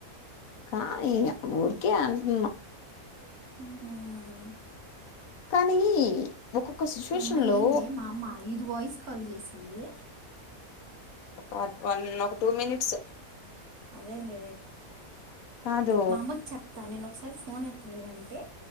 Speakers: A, on the left; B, on the right.
A: కా ఇ ఎప్పు ఊరుకే అంటన్నా
B: హ్మ్మ్
A: కానీ ఒక్కొక్క సిచ్యువేషన్
B: ఈ అమ్మాయి
A: లో
B: ఏందే మా అమ్మ ఐదు వాయిస్ కాల్ చేసింది
A: ఒక వన్ ఒక టూ మినిట్స్
B: అదే లే
A: కాదు
B: మా అమ్మకు చెప్తా నేను ఒకసారి ఫోన్ ఎత్తలేదని హే